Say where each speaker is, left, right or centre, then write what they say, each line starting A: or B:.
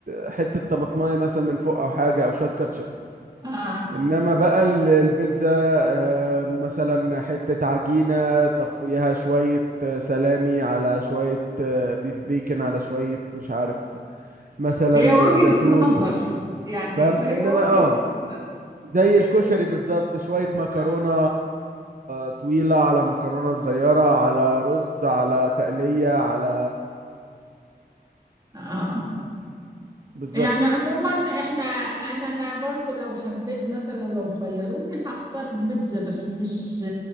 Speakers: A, on the right (about 55°); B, on the right (about 25°).
A: حته طماطمايه مثلا من فوق او حاجه او شويه كاتشب
B: آه.
A: انما بقى ال- البيتزا آه، مثلا حته عجينه طب فوقيها شويه آه، سلامي على شويه آه، بيف بيكن على شويه مش عارف مثلا
B: هي وجهة
A: زيتون
B: نظر يعني
A: فاهم
B: وهي
A: انما
B: وجهة
A: اه
B: نظر
A: زي الكشري
B: بس
A: بالظبط شوية مكرونة
B: آه.
A: طويلة على مكرونة صغيرة على رز على تقلية على
B: آه.
A: بالظبط
B: يعني عموما احنا انا انا برضو لو حبيت مثلا لو خيروني هختار بيتزا بس مش